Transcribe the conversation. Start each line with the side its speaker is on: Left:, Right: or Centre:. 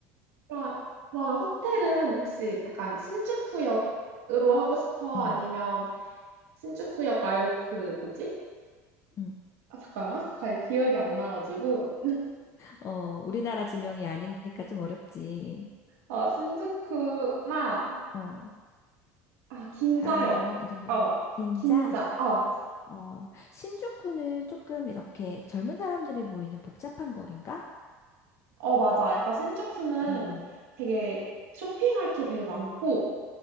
Right: 그럼- 그러면 호텔은 혹시 약간 신주쿠역으로 하고 싶어?
Left: 응,
Right: 아니면 신주쿠역 말고 그 뭐지?
Left: 응.
Right: 아, 잠깐만, 잠깐 기억이 안 나가지고.
Left: 어, 우리나라 지명이 아니니까 좀 어렵지.
Right: 어, 신주쿠나
Left: 어.
Right: 아 긴자역.
Left: 다른 데는 이름이
Right: 어,
Left: 뭐- 긴자.
Right: 긴자. 어,
Left: 어, 신주쿠는 조금 이렇게 젊은 사람들이 모이는 복잡한 거리인가?
Right: 어 맞아. 약간 신주쿠는
Left: 어,
Right: 되게 쇼핑할 게 되게 많고.